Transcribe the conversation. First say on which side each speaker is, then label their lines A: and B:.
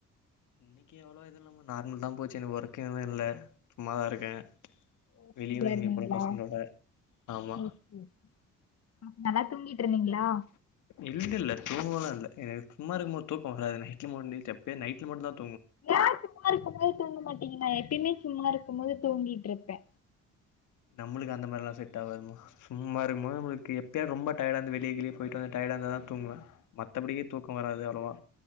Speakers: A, on the left; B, on the left.
A: இன்னைக்கு அவ்வளலோ இது இல்லமா நார்மல் தா போச்சு எனக்கு ஒர்க் எதும் இல்ல சும்மாதா இருக்கே
B: அப்டியா
A: வெளியவு எங்கயு
B: இருந்தீங்களா
A: போல பசங்களோட ஆமா
B: ஓகே ம்மா நல்லா தூங்கி ட்டுருந்தீங்களா
A: இல்ல இல்ல தூங்கவுலா இல்ல எனக்கு சும்மா இருக்கு போது தூக்கோ வராது நைட்ல மோர்னிங் செப்தே நைட்ல மட்டு தா
B: ஏ சும்மா இருக்கு போது தூங்க மாட்டீங்க நைட் எப்பயுமே சும்மா இருக்குபோது தூங்கிட்டு இருப்பே
A: நம்மளுக்கு அந்த மாரிலா செட் ஆவாதுமா சும்மா இருக்குபோது நம்மளுக்கு எப்பயாவது ரொம்ப டயடாருந்து வெளிய கிழிய போயிட்டு வந்து டய டயடாருந்தா தா தூங்குவே மத்தபடியே தூக்கோ வராது அவ்ளோவா